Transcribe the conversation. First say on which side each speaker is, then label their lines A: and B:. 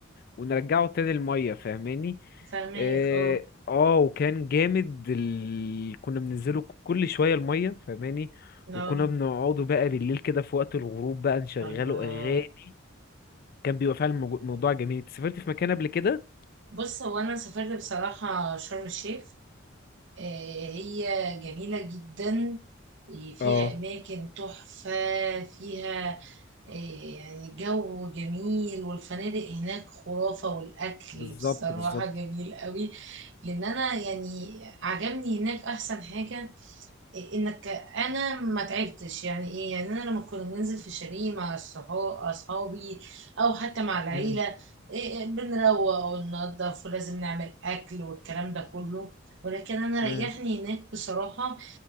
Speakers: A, on the left; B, on the right.
A: ونرجعه تاني المية فاهماني
B: فاهمك
A: اه
B: اه
A: آه، وكان جامد ال... كنا بننزله كل شوية المية فاهماني
B: اه
A: وكنا بنقعده بقى بالليل كده في وقت الغروب بقى نشغله
B: الله
A: أغاني كان بيبقى فعلا مو- موضوع جميل انت سافرت في مكان قبل كده؟
B: بص هو انا سافرت بصراحة شرم الشيخ آه هي جميلة جدا فيها
A: اه
B: اماكن تحفة فيها إيه يعني جو جميل والفنادق هناك خرافة والأكل
A: بالظبط
B: بصراحة
A: بالظبط
B: جميل قوي لأن أنا يعني عجبني هناك أحسن حاجة إيه إنك أنا ما تعبتش يعني إيه يعني أنا لما كنا بننزل في شاليه مع الصحا- أصحابي أو حتى مع العيلة
A: مم،
B: إيه بنروق وننضف ولازم نعمل أكل والكلام ده كله ولكن أنا ريحني
A: مم.
B: هناك بصراحة